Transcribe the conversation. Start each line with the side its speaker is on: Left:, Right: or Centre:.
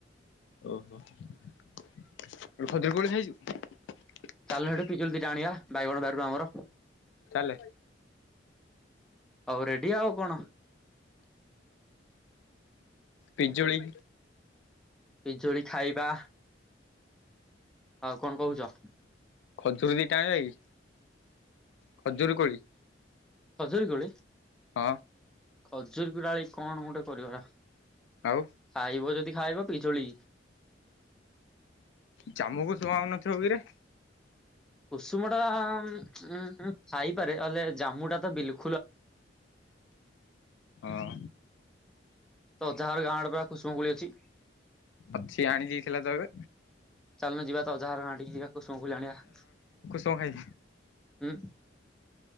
Left: ଓହୋ। ଏଠୁ ଖଜୁର କୋଳି ଖାଇଚୁ?
Centre: ଚାଲୁନ ସେଠୁ ପିଜୁଳି ଦିଟା ଆଣିବା ବାଇଗଣ ବାରିରୁ ଆମର
Left: ଚାଲେ।
Centre: ଆଉ ରେଡି ଆଉ କଣ?
Left: ପିଜୁଳି।
Centre: ପିଜୁଳି ଖାଇବା। ଆଉ କଣ କହୁଛ?
Left: ଖଜୁରୀ ଦି ଟା ଆଣିବା କି? ଖଜୁରୁ କୋଳି।
Centre: ଖଜୁରି କୋଳି।
Left: ହଁ।
Centre: ଖଜୁରୀକୁ ଡାଳି କଣ ଗୋଟେ କରିବା?
Left: ଆଉ
Centre: ଖାଇବ ଯଦି ଖାଇବ ପିଜୁଳି।
Left: ଜାମୁକୁ ଶୁଆଉନଥିବ କିରେ?
Centre: କୁଷୁମ ଟା ଉ ଖାଇପାରେ ହେଲେ ଜାମୁ ଟା ତ ବିଲକୁ
Left: ହଁ।
Centre: ତୋ ଅଜା ହର ଗାଁ ଆଡେ ପା କୁସୁମ କୋଳି ଅଛି।
Left: ଅଛି ଆଣି ଦେଇଥିଲା ତ ଏବେ
Centre: ଚାଲୁନୁ ଯିବା ତ ଅଜାହାର ହାଟିକି ଯିବା କୁସୁମ କୋଳି ଆଣିବା।
Left: କଣ ଖାଇ
Centre: ହୁଁ,